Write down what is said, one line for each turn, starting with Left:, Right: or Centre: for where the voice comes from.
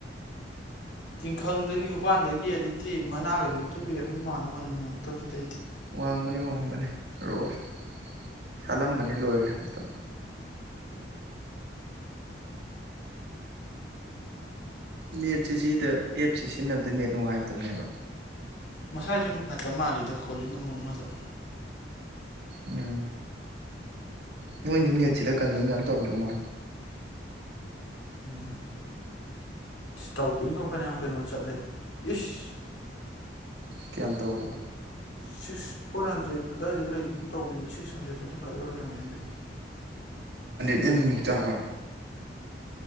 Left: ꯇꯤꯡꯈꯪꯗꯒꯤ ꯄꯥꯟꯗꯒꯤ ꯑꯗꯨꯩꯗꯤ ꯃꯅꯥꯒꯁꯦ ꯃꯨꯠꯊꯨꯕꯤꯒꯦ ꯍꯥꯏ ꯃꯥꯟꯅꯕ ꯃꯅꯃꯨꯛꯇꯧꯁꯤꯗꯩꯗꯤ
Right: ꯋꯥꯡꯕꯅꯤ ꯋꯥꯡꯕꯅꯤ ꯔꯣꯁ ꯁꯥꯠꯂꯝꯕꯅꯤ ꯂꯣꯏꯈ꯭ꯔꯦ ꯃꯇꯝ ꯅꯦꯠꯁꯦ ꯁꯤꯗ ꯑꯦꯞꯁꯦ ꯁꯤꯖꯤꯟꯅꯕꯗ ꯅꯦꯠ ꯅꯨꯡꯉꯥꯏꯇꯕꯅꯦꯕ
Left: ꯃꯁꯥꯁꯨ ꯅꯨꯡꯉꯥꯏꯇꯕ ꯃꯥꯜꯂꯤꯦꯗ ꯀꯣꯂꯤꯡ ꯑꯃ ꯑꯃꯗ
Right: ꯎꯝ ꯅꯣꯏꯁꯨ ꯅꯦꯠꯁꯤꯗ ꯀꯟꯖꯨꯝ ꯃ ꯇꯧꯔꯝꯗꯧ ꯃꯥꯜꯂꯦ
Left: ꯎꯝ ꯇꯧꯤꯉꯣ ꯐꯅꯌꯥꯝ ꯀꯩꯅꯣ ꯆꯠꯂꯦ ꯏꯁ
Right: ꯀꯌꯥꯝ ꯇꯧꯔꯕ
Left: ꯁꯤꯛꯁ ꯐꯣꯔ ꯍꯟꯗ꯭ꯔꯦꯠ ꯑꯗꯨꯋꯥꯏꯗ ꯂꯩꯒꯨꯝ ꯇꯧꯕꯅꯤ ꯑꯗꯣ ꯁꯤꯛꯁ ꯍꯟꯗ꯭ꯔꯦꯗ ꯇ꯭ꯋꯦꯟꯇꯤ ꯐꯥꯏꯚ ꯌꯧꯔ ꯂꯩꯔꯃꯦ ꯑꯦꯝꯕꯤ
Right: ꯑꯦꯝꯒꯤꯃꯨꯛꯇ ꯑꯄꯥꯝ